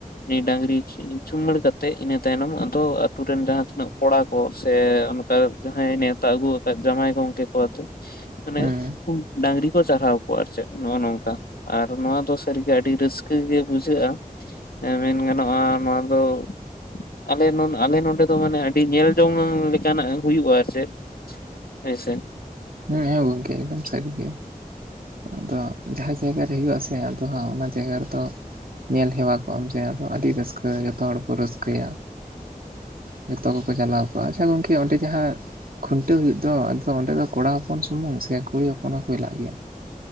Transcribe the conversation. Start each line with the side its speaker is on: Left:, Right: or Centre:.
Left: ᱱᱤ ᱰᱟᱝᱨᱤ ᱪᱩᱢᱟᱹᱲ ᱠᱟᱛᱮᱜ ᱤᱱᱟᱹ ᱛᱟᱭᱱᱚᱢ ᱟᱫᱚ ᱟᱛᱩᱨ ᱨᱮᱱ ᱡᱟᱦᱟᱸ ᱛᱤᱱᱟᱹᱜ ᱠᱚᱲᱟ ᱠᱚ, ᱥᱮ ᱡᱟᱦᱟᱸ ᱟᱭ ᱱᱮᱛᱟ ᱟᱹᱜᱩ ᱟᱠᱟᱫ ᱡᱟ. ᱭᱟ. ᱭ ᱜᱚᱝᱠᱮ, ᱢᱟᱱᱮ
Right: ᱦᱩᱸ
Left: ᱠᱷᱚ ᱰᱟᱝᱨᱤ ᱠᱚ ᱪᱟᱨᱦᱟᱣ ᱠᱚᱣᱟ ᱟᱨ ᱪᱮᱫ, ᱱᱚᱜᱼᱚ ᱱᱚᱝᱠᱟ ᱟᱨ ᱱᱚᱣᱟ ᱫᱚ ᱥᱟᱹᱨᱤᱜᱮ ᱟᱹᱰᱤ ᱨᱟᱹᱥᱠᱟᱹ ᱜᱮ ᱵᱩᱡᱷᱟᱹᱜᱼᱟ ᱮ ᱢᱮᱱ ᱜᱟᱱᱚᱜᱼᱟ ᱱᱚᱣᱟ ᱫᱚ ᱟᱞᱮ ᱟᱞᱮ ᱱᱚᱰᱮ ᱫᱚ ᱢᱟᱱᱮ ᱟᱹᱰᱤ ᱧᱮᱞ ᱡᱚᱝ ᱞᱮᱠᱟᱱᱟᱜ ᱦᱳᱭᱩᱜᱼᱟ ᱟᱨ ᱪᱮ ᱦᱳᱭ ᱥᱮ
Right: ᱦᱮᱸ ᱦᱮᱸ ᱜᱚᱝᱠᱮ ᱮᱠᱫᱚᱢ ᱥᱟᱹᱨᱤ ᱜᱮ ᱟᱫᱚ ᱡᱟᱦᱟᱸ ᱡᱟᱭᱜᱟ ᱨᱮ ᱦᱩᱭᱩᱜ ᱟᱥᱮ ᱟᱫᱚ ᱦᱟᱜ ᱚᱱᱟ ᱡᱟᱭᱜᱟ ᱨᱮᱫᱚ ᱧᱮᱞ ᱦᱮᱣᱟ ᱠᱚᱜ ᱟᱢ ᱡᱮ ᱟᱫᱚ ᱟᱹᱰᱤ ᱨᱟᱹᱥᱠᱟᱹ ᱡᱚᱛᱚ ᱦᱚᱲ ᱠᱚ ᱨᱟᱹᱥᱠᱟᱹᱭᱟ ᱦᱮᱸ ᱡᱚᱛᱚ ᱠᱚᱠᱚ ᱪᱟᱞᱟᱣ ᱠᱚᱜᱼᱟ ᱟᱪᱪᱷᱟ ᱜᱚᱝᱠᱮ ᱚᱸᱰᱮ ᱡᱟᱦᱟᱸ ᱠᱷᱩᱱᱴᱟᱹᱣ ᱦᱳᱭᱳᱜ ᱫᱚ ᱟᱫᱚ ᱚᱸᱰᱮ ᱫᱚ ᱠᱚᱲᱟ ᱦᱚᱯᱚᱱ ᱥᱩᱢᱩᱝ ᱥᱮ ᱠᱩᱲᱤ ᱦᱚᱯᱚᱱ ᱦᱚᱸᱠᱚ ᱦᱮᱞᱟᱜ ᱜᱮᱭᱟ